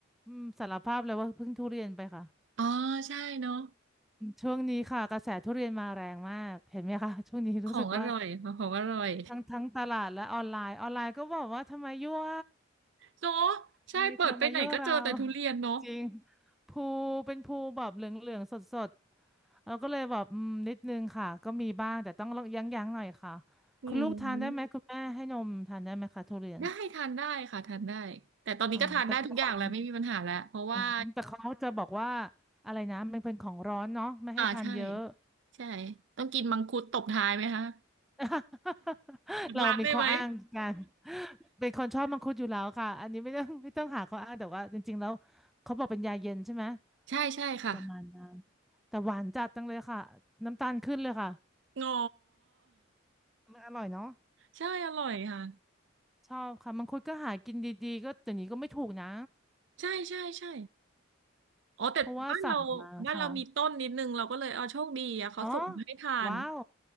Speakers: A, in the centre; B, on the right.
A: อืมสารภาพเลยว่าเพิ่งทุเรียนไปค่ะ
B: อ๋อใช่เนาะ
A: ช่วงนี้ค่ะกระแสทุเรียนมาแรงมากเห็นไหมคะ <laughs> ช่วงนี้รู้สึกว่า
B: ของอร่อยของอร่อย
A: ทั้งทั้งตลาดและออนไลน์ออนไลน์ก็บอกว่าทำไมยั่ว
B: เนาะใช่เปิดไปไหนก็เจอแต่ทุเรียนเนาะ
A: ทำไมเธอมายั่วเรา <laughs> จริงภูเป็นภูแบบเหลืองๆสดๆเราก็เลยแบบอืมนิดนึงค่ะก็มีบ้างแต่ต้องยั้งๆหน่อยค่ะ
B: อืม
A: คุณลูกทานได้ไหมคุณแม่ให้นมทานได้ไหมคะทุเรียน
B: ได้ทานได้ค่ะทานได้แต่ตอนนี้ก็ทานได้ทุกอย่างแล้วไม่มีปัญหาแล้วเพราะว่า
A: อออแต่บางคนอืมแต่เขาจะบอกว่าอะไรนะมันเป็นของร้อนเนาะไม่ให้ทานเยอะ
B: อ่าใช่ใช่ต้องกินมังคุดตบท้ายไหมคะ
A: <laughs>
B: หลังร้านได้ไหม
A: เรามีข้ออ้างกันเป็นคนชอบมังคุดอยู่แล้วค่ะอันนี้ไม่ต้องไม่ต้องหาข้ออ้างแต่ว่าจริงๆแล้วเขาบอกเป็นยาเย็นใช่ไหม
B: <laughs> ใช่ใช่ค่ะ
A: ประมาณนั้นแต่หวานจัดจังเลยค่ะน้ำตาลขึ้นเลยค่ะ
B: งอ
A: มันอร่อยเนาะ
B: ใช่อร่อยค่ะ
A: <laughs> ชอบค่ะมังคุดก็หากินดีๆก็แต่นี้ก็ไม่ถูกนะ
B: ใช่ใช่ใช่ อ๋อแต่บ้านเรา
A: เพราะว่าสั่งมาค่ะ
B: บ้านเรามีต้นนิดนึงเราก็เลยเอาโชคดีอะเขาส่งให้ทาน
A: อ๋อว้าว